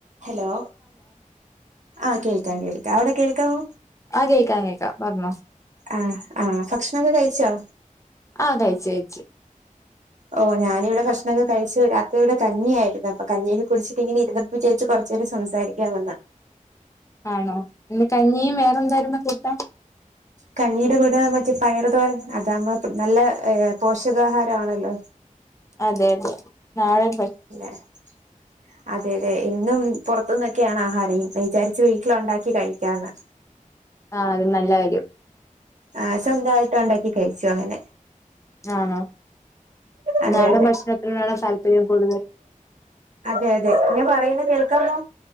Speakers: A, on the right; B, on the left.
A: Hello ആഹ് കേൾക്കാം കേൾക്കാം അവിടെ കേൾക്കാമോ
B: ആഹ് കേൾക്കാം കേക്കാം പറഞ്ഞോ
A: ആഹ് ആഹ് ഭക്ഷണൊക്കെ കഴിച്ചോ
B: ആഹ് കയ്ച്ച് കയ്ച്ച്
A: ഓ ഞാനിവിടെ ഭക്ഷണൊക്കെ കഴിച്ചു രാത്രി ഇവിടെ കഞ്ഞി ആയിരുന്നു അപ്പൊ കഞ്ഞിയ കുടിച്ചിട്ട് ഇങ്ങെ ഇരു വിജാരിച്ച് കൊറച്ചേരം സംസാരിക്കാ വന്ന
B: ആണോ ഇന്ന് കഞ്ഞിയും വേറെ എന്തായിരുന്നു കൂട്ടാൻ
A: കഞ്ഞീടെ കൂട മറ്റേ പയറ് തോരൻ അതാമ്മ നല്ല പോഷകാഹാരമാണല്ലോ
B: അതെ അതെ നാളെ
A: <unintelligible> അതെ അതെ ഇന്നും പുറത്തു നിന്നൊക്കെയാണ് ആഹാരം വിചാരിച്ചു വീട്ടില ഉണ്ടാക്കി കഴിക്കാന്ന്
B: ആഹ് അത് നല്ല കാര്യം
A: ആഹ് സ്വന്തമായിട്ട് ഉണ്ടാക്കി കഴിച്ചു ളും ഞാൻ
B: ആണോ
A: അതെ
B: നാടൻ
A: അതെ
B: ഭക്ഷണത്തിനാണ താല്പര്യം കൂടുതൽ
A: അതെ അതെ ഞാൻ പറയുന്ന കേൾക്കാമോ